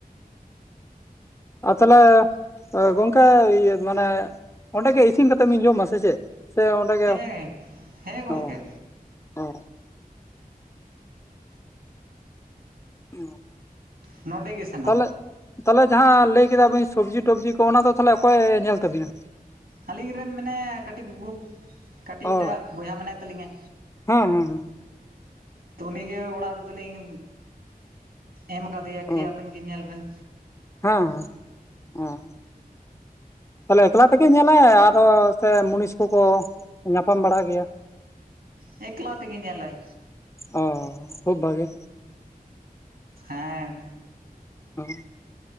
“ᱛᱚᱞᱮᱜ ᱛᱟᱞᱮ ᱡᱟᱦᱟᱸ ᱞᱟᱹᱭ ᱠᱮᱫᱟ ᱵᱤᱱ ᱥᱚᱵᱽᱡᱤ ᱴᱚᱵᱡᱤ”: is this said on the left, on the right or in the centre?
Left